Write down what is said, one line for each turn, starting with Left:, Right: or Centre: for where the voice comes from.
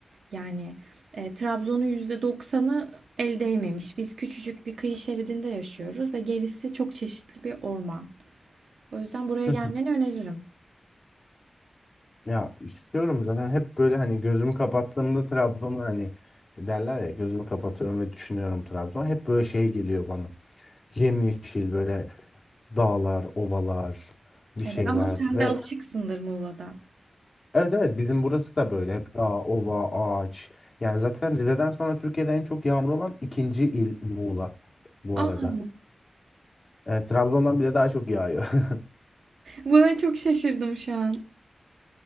Right: Yani e, Trabzon'un yüzde doksanı el değmemiş. Biz küçücük bir kıyı şeridinde yaşıyoruz ve gerisi çok çeşitli bir orman. O yüzden buraya
Left: Hmm.
Right: gelmeni öneririm.
Left: Ya istiyorum zaten hep böyle hani gözümü kapattığımda Trabzon'u hani derler ya gözümü kapatıyorum ve düşünüyorum Trabzon. Hep böyle şey geliyor bana. Yemyeşil böyle dağlar, ovalar, bir
Right: Evet
Left: şeyler
Right: ama sen
Left: ve
Right: de alışıksındır Muğla'dan.
Left: evet evet bizim burası da böyle hep dağ, ova, ağaç. Yani zaten Rize'den sonra Türkiye'de en çok yağmur olan ikinci il Muğla bu arada.
Right: Aa,
Left: Evet, Trabzon'dan bile daha çok yağıyor. <laughs>
Right: buna çok şaşırdım şu an.